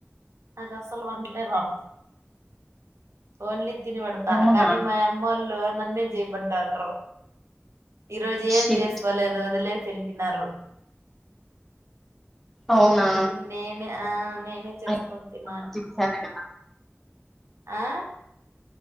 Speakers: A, on the right; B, in the centre.
A: నాకాసలు వంటలే రావు ఓన్లీ తిని పెడతా
B: అవునా
A: కానీ మా అమ్మ వాళ్ళు నన్నే చెయ్యమంటారు ఈరోోజు ఏం
B: షిట్
A: చేసుకోాలిదో వదిలేసి ఏ లిపినారు
B: అవునా
A: ఇప్పుడు నేనే ఆ నేనే చేసుకొని
B: అయినా
A: తిినాలీ
B: చేశారు కదా
A: ఆహ్